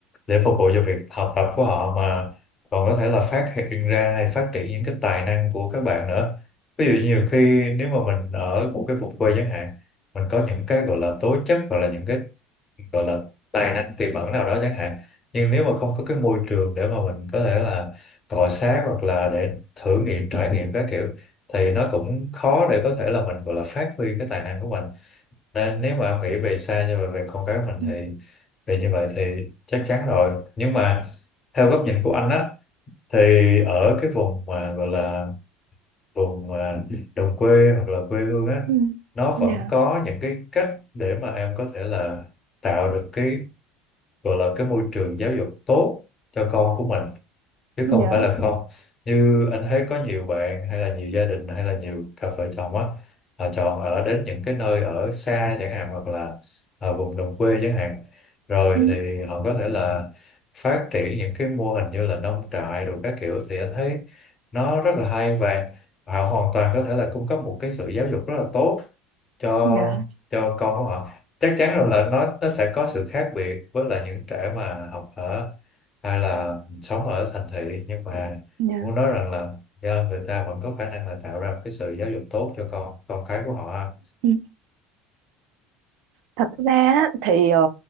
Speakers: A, on the left; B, on the right.
A: để phục vụ cho việc học tập của họ mà còn có thể là phát hiện ra hay phát triển những cái tài năng của các bạn nữa ví dụ nhiều khi nếu mà mình ở một cái vùng quê chẳng hạn mình có những cái gọi là tố chất hoặc là những cái gọi là tài năng tiềm ẩn nào đó chẳng hạn nhưng nếu mà không có cái môi trường để mà mình có thể là cọ xát hoặc là để thử nghiệm trải nghiệm các kiểu thì nó cũng khó để có thể là mình gọi là phát huy cái tài năng của mình nên nếu mà em nghĩ về xa như vậy về con cái mình
B: Ừ.
A: thì về như vậy thì chắc chắn rồi nhưng mà theo góc nhìn của anh á thì ở cái vùng mà gọi là vùng mà đồng quê hoặc là quê hương á
B: Ừ.
A: nó
B: dạ
A: vẫn có những cái cách để mà em có thể là tạo được cái gọi là cái môi trường giáo dục tốt cho con của mình chứ
B: dạ
A: không phải là không như anh thấy có nhiều bạn hay là nhiều gia đình hay là nhiều cặp vợ chồng á họ chọn ở đến những cái nơi ở xa chẳng hạn hoặc là ở vùng đồng quê chẳng hạn rồi
B: Ừ.
A: thì họ có thể là phát triển những cái mô hình như là nông trại rồi các kiểu thì anh thấy nó rất là hay và họ hoàn toàn có thể là cung cấp một cái sự giáo dục rất là tốt cho
B: dạ
A: cho con của họ chắc chắn rồi là nó nó sẽ có sự khác biệt với lại những trẻ mà học ở hay là sống ở thành thị nhưng mà
B: dạ
A: muốn nói rằng là do người ta vẫn có khả năng là tạo ra một cái sự giáo dục tốt cho con con cái của họ ha.
B: Ừ. thật ra á, thì ờ,